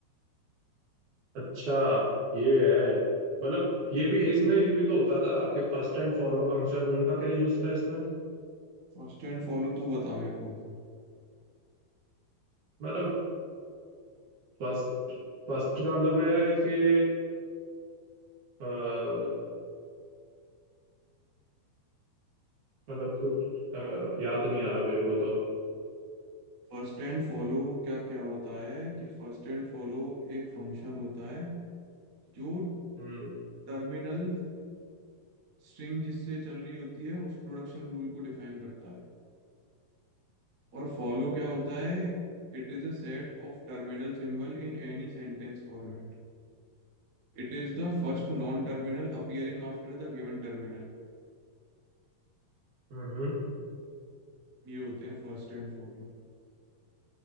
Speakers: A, on the right (about 45°); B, on the right (about 65°).
A: अच्छा ये है मतलब ये भी इसमें ये भी तो होता था कि फर्स्ट एंड फॉलो फंक्शन उनका क्या यूज था इसमें
B: फर्स्ट एंड फॉलो तू बता मेरे को
A: मतलब फर्स्ट फर्स्ट का मतलब है कि अ, मतलब कुछ अ, याद नहीं आ रहा मेरे को तो
B: फर्स्ट एंड फॉलो क्या क्या होता है कि फर्स्ट एंड फॉलो एक फंक्शन होता है जो
A: हम्म
B: टर्मिनल स्ट्रिंग जिससे चल रही होती है उस प्रोडक्शन रूल को डिफाइन करता है और फॉलो क्या होता है It is a set of terminal symbol in any sentence format It is the first non terminal appearing after the given terminal
A: हम्म हम्म।
B: ये होते हैं फर्स्ट एंड फॉलो